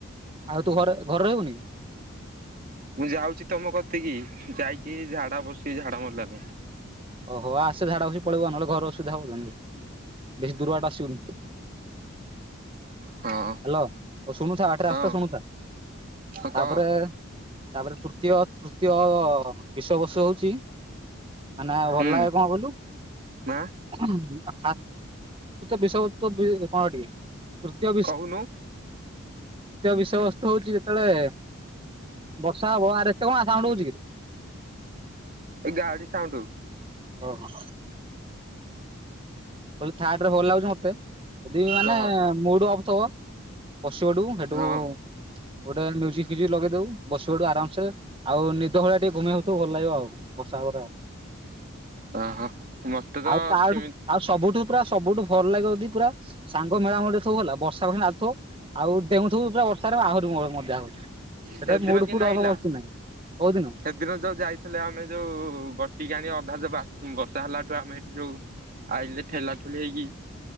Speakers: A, on the right; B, on the right.
A: ଆଉ ତୁ ଘରେ ଘରେ ରହିବୁନି।
B: ମୁଁ ଯାଉଚି ତମ କତିକି ଯାଇକି ଝାଡା ବସିବି ଝାଡା ମଡିଲାନି।
A: ଓହୋ ଆସେ ଝାଡ଼ା ବସିକି ପଳେଇବୁ ଆ ନହେଲେ ଘର ଅସୁବିଧା ହବ <inaudible> ବେଶୀ ଦୂର ବାଟ ଆସିବୁନି।
B: ହଁ।
A: ହଲୋ ଅ ଶୁଣୁଥା ବାଟରେ
B: ହଁ
A: ଆସୁତା ଶୁଣୁଥା
B: ହଁ
A: ତାପରେ
B: କହ
A: ତାପରେ ତୃତୀୟ ତୃତୀୟ ବିଷୟବସୁ ହଉଚି ମାନେ ଆଉ ଭଲ
B: ହୁଁ
A: ଲାଗେ କଣ କଇଲୁ
B: ମା
A: <unintelligible> ତୃତୀୟ ବିଷୟବସ୍ତୁ ହଉଚି <inaudible> ତୃତୀୟ
B: କହୁନୁ
A: ବିଷୟ ବସ୍ତୁ ହଉଚି ଯେତେବେଳେ ବର୍ଷା ହବ ଆରେ ଏତେ କଣ ଆ ସାଉଣ୍ଡ ହଉଚି କି?
B: ଏଇ ଗାଡି ସାଉଣ୍ଡୁ
A: ଓହୋ। ଥାର୍ରେ ଭଲଲାଗୁଚି ମତେ ଯଦି ମାନେ
B: କହ
A: ମୁଡ ଅଫ୍ ଥିବ। ବସିଅଡିବୁ ସେଠୁ
B: ହଁ
A: ଗୋଟେ ମ୍ୟୁଜିକ ଫ୍ୟୁଜିକ୍ ଲଗେଇ ଦଉ ବସିପଡିବୁ ଆରାମସେ ଆଉ ନିଦ ଭଳିଆ ଟିକେ ଘୁମେଇ ହଉଥିବୁ ଭଲ ଲାଗିବ ଆଉ ବର୍ଷା ହବରେ
B: ଓହୋ ମତେ ତ
A: ଆଉ ତାଠୁ
B: ସେମିତି
A: ଆଉ ସବୁଠୁ ପୁରା ସବୁଠୁ ଭଲ ଲାଗିବ ଯଦି ପୁରା ସାଙ୍ଗ ମେଳାମୁଳି ସବୁ ହେଲା ବର୍ଷା କଷିକି ନାଧୁଥିବ ଆଉ ଡେଁଉଥିବୁ ପୁରା ବର୍ଷାରେ ଆହୁରି ମ ମଜା ହବ। ସେଟା
B: ସେଦିନ
A: ମୁଡ୍
B: କିନ୍ତି
A: ଫୁଡ୍
B: ନାଗିଲା
A: ଅଫ୍ ପ କିଛି ନାହିଁ କୋଉଦିନ।
B: ସେଦିନ ଯୋଉ ଯାଇଥିଲେ ଆମେ ଯୋଉ ବଟିକା ଆଣି ଅଧା ଯୋଉ ବା ବର୍ଷା ହେଲାଠୁ ଆମେ ଏଠି ଯୋଉ ଆଇିଲେ ଠେଲା ଠୁଲି ହେଇକି